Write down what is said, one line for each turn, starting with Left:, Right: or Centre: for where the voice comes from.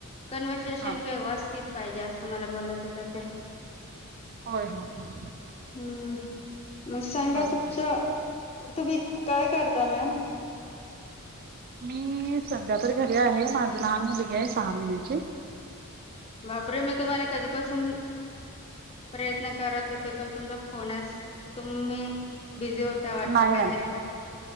Left: कन्वेसेशन
Right: हा
Left: व्यवस्थित पाहिजे असं मला बोलत होत्यात. <inaudible>
Right: होय होय होय
Left: हम्म मग सांगा
Right: बरोबर
Left: तुमच्या
Right: आहे
Left: तुम्ही काय करता मॅम?
Right: मी सध्या तर घरी आहे. मला लहान मुलगी आहे सहा महिन्यांची.
Left: बापरे मी तुम्हाला कधीपासून प्रयत्न करत होते पण तुमचा फोनच तुम्ही बिझी होता वाटत
Right: नाही
Left: काहीतरी
Right: नाही
Left: का